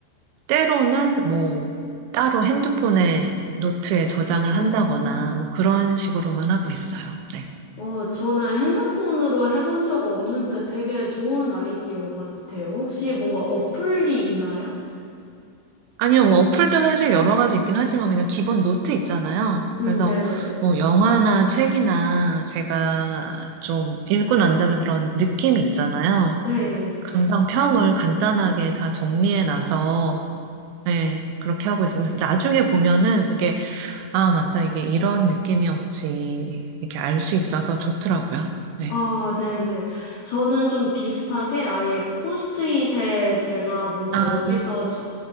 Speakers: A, on the right; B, on the left.
A: 때로는 뭐 따로 핸드폰에 노트에 저장을
B: 음.
A: 한다거나 뭐 그런 식으로만 하고 있어요. 네.
B: 어, 저는 핸드폰으로 해본 적 없는데 되게 좋은 아이디어 같아요. 혹시 뭔가 어플이 있나요?
A: 아니요, 뭐 어플도 사실 여러 가지 있긴 하지만 그냥 기본 노트 있잖아요.
B: 음,
A: 그래서
B: 네네네.
A: 뭐 영화나 책이나 제가 좀 읽고 난 다음에 그런 느낌이 있잖아요.
B: 네.
A: 감상평을 간단하게 다 정리해 놔서 네, 그렇게 하고 있어요. 그래서 나중에 보면은 그게 아, 맞다. 이게 이런 느낌이었지. 이렇게 알 수 있어서 좋더라고요. 네.
B: 아, 네네. 저는 좀 비슷하게 아예 포스트잇에 제가 뭔가
A: 아,
B: 여기서 저,